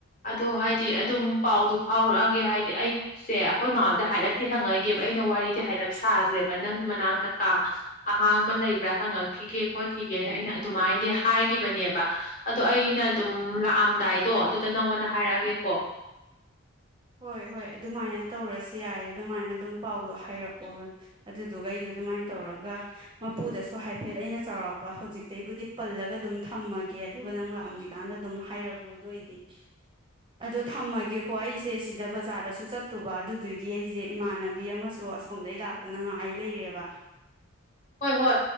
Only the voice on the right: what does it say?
ꯍꯣꯏ ꯍꯣꯏ ꯑꯗꯨꯃꯥꯏꯅ ꯇꯧꯔꯁꯤ ꯌꯥꯏ ꯑꯗꯨꯃꯥꯏꯅ ꯑꯗꯨꯝ ꯄꯥꯎꯗꯣ ꯍꯥꯏꯔꯛꯑꯣ ꯑꯗꯨꯗꯨꯒ ꯑꯩꯗꯣ ꯑꯗꯨꯃꯥꯏꯅ ꯇꯧꯔꯒ ꯃꯄꯨꯗꯁꯨ ꯍꯥꯏꯐꯦꯠ ꯑꯩꯅ ꯆꯥꯎꯔꯥꯛꯄ ꯍꯧꯖꯤꯛꯇꯩꯕꯨꯗꯤ ꯄꯜꯂꯒ ꯑꯗꯨꯝ ꯊꯝꯃꯒꯦ ꯑꯗꯨꯒ ꯅꯪ ꯂꯥꯛꯑꯝꯗꯤꯀꯥꯟꯗ ꯑꯗꯨꯝ ꯍꯥꯏꯔꯛꯂꯣ ꯑꯗꯣꯏꯗꯤ ꯑꯗꯨ ꯊꯝꯃꯒꯦꯀꯣ ꯑꯩꯁ ꯁꯦ ꯁꯤꯗ ꯕꯖꯥꯔꯗꯁꯨ ꯆꯠꯇꯨꯕ ꯑꯗꯨꯗꯨꯒꯤ ꯑꯩꯁꯦ ꯏꯃꯥꯟꯅꯕꯤ ꯑꯃꯁꯨ ꯑꯁꯣꯝꯗꯩ ꯂꯥꯛꯇꯅ ꯉꯥꯏ ꯂꯩꯔꯦꯕ